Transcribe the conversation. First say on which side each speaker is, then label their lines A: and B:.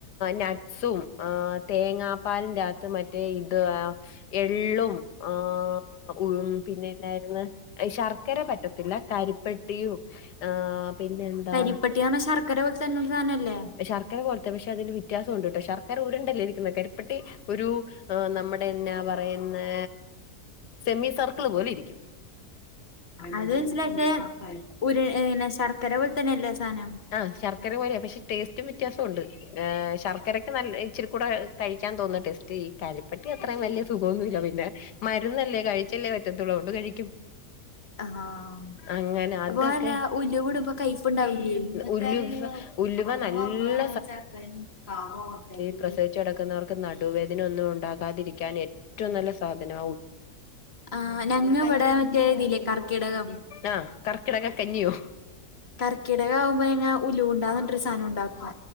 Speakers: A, on the left; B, on the left.
A: നട്ട് സും ഏഹ് തേങ്ങാപ്പാലും രാത്രി മറ്റ റ്റേ ഇത് ആ ഹ് എള്ളും ആഹ് പുഴു പിന്നെന്തായിന്നു ശർക്കര പറ്റത്തില്ല കരിപ്പെട്ടിയും ആ പിന്നെന്താ
B: കരിപ്പട്ടിന്ന് പറഞ്ഞ ശർക്കര പോലത്തെ തന്നെ ഒരു സാധനല്ലേ
A: ശർക്കര കുറച്ച് പക്ഷെ അതി വ്യയാസം ഉണ്ട്ട്ടോ അതില് വ്യത്യാസണ്ട് ട്ടൊ ശർക്കര ഉരുണ്ടേ ല്ലേ ഇരിക്കുന്നെ കരിപ്പട്ടി ഒരു നമ്മുടെന്നാ പറയുന്നേ സെമി സർക്കിള് പോലെ ഇരിക്കും
B: അത് മനസിലാക്ക് ഉരു ന്നെ ശർക്കര പോലെ തന്നെയല്ലേ സാനം
A: ആഹ് ശർക്കര പോലെയാ പക്ഷെ ടേസ്റ്റും വ്യത്യാസണ്ട് ഏഹ് ശർക്കരക്ക് നല്ല ഇച്ചിരി കൂടെ കഴിക്കാൻ തോന്നുന്നു ടെസ്റ്റ് കരിപ്പട്ടി അത്രയും വലിയ സുഖമൊന്നുല്ല. പിന്നെ മരുന്നല്ലേ കഴിച്ചല്ലേ പറ്റത്തുള്ളൂ അത് കൊണ്ട് കഴിക്കും
B: ആഹ്
A: അങ്ങനെ അതൊക്കെ
B: അപ്പൊ അല്ല ഉല് വ ഇടുമ്പോ കൈ പ്പ് ഉണ്ടാവില്ലേ വെച്ചാല്
A: ഉലുവ ഉലുവ
B: അവിടന്ന്
A: നല്ല
B: വന്ന ചെലപ്പം കാറ് കൊട്ത്തയക്കും
A: പ്രസവിച്ച് കെടക്കുന്നവർക്ക് നടുവേദന ഒന്നും ഉണ്ടാകാതിരിക്കാന് ഏറ്റവും നല്ല സാധനം
B: ആഹ് ഞങ്ങ ഇവിടെ മറ്റേ ഇതില്ലേ കർക്കിടകം
A: ആഹ് കർക്കിടക കഞ്ഞിയോ
B: കർക്കിടകാവുമ്പോ ഞങ്ങ ഉലു ഉണ്ടാന്ന്ണ്ടൊരു സാധനം ഉണ്ടാക്കും